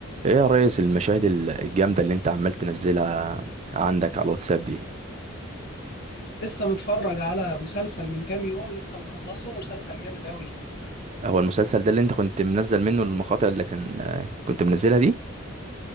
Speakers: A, on the right; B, on the left.
A: ايه يا ريس المشاهد ال- الجامدة اللي انت عمال تنزلها عندك على الواتساب دي
B: لسه متفرج على مسلسل من كام يوم لسه مخلصه مسلسل جامد قوي
A: هو المسلسل ده اللي انت كنت منزل منه المقاطع اللي كان آه، كنت منزلها دي